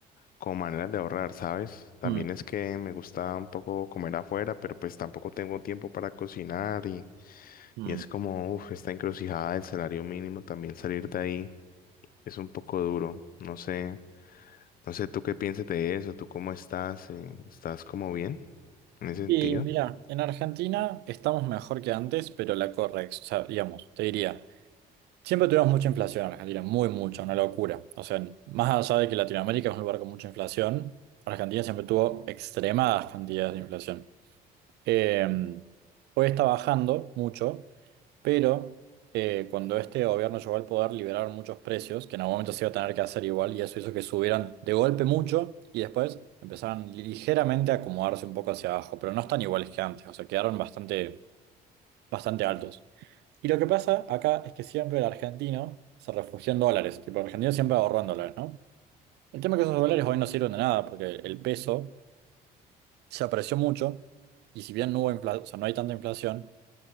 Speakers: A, on the left; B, on the right.
A: como maneras de ahorrar, ¿sabes? También
B: Mm,
A: es que me gusta un poco comer afuera, pero pues tampoco tengo tiempo para cocinar y,
B: mm.
A: y es como, uff, esta encrucijada del salario mínimo, también salir de ahí es un poco duro, no sé, no sé, ¿tú qué piensas de eso? ¿Tú cómo estás? Eh, ¿Estás como bien en ese sentido?
B: Y mira, en Argentina estamos mejor que antes, pero la correx, o sea, digamos, te diría, siempre tuvimos mucha inflación en Argentina, muy mucha, una locura. O sea, más allá de que Latinoamérica es un lugar con mucha inflación, Argentina siempre tuvo extremadas cantidades de inflación. Eh, hoy está bajando mucho, Pero eh, cuando este gobierno llegó al poder, liberaron muchos precios que en algún momento se iba a tener que hacer igual y eso hizo que subieran de golpe mucho y después empezaron ligeramente a acomodarse un poco hacia abajo, pero no están iguales que antes, o sea, quedaron bastante, bastante altos. Y lo que pasa acá es que siempre el argentino se refugió en dólares, tipo el argentino siempre ahorró en dólares, ¿no? El tema es que esos dólares hoy no sirven de nada porque el peso se apreció mucho y si bien no hubo infla- o sea, no hay tanta inflación,